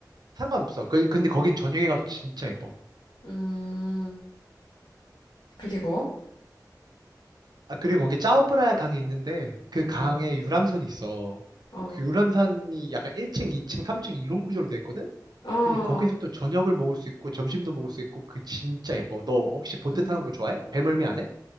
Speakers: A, on the right (about 65°); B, on the left (about 80°).
A: 상관없어. 그- 근데 거긴 저녁에 가도 진짜 예뻐.
B: 음, 그리고,
A: 아, 그리고 거기 짜오프라야 강이 있는데 그 강에
B: 어,
A: 유람선이 있어.
B: 어,
A: 그 유람선이 약간 1층, 2층, 3층 이런 구조로 돼 있거든?
B: 어,
A: 근데 거기서 또 저녁을 먹을 수 있고 점심도 먹을 수 있고 그게 진짜 예뻐. 너 혹시 보트
B: 음,
A: 타는 거 좋아해? 배멀미 안 해?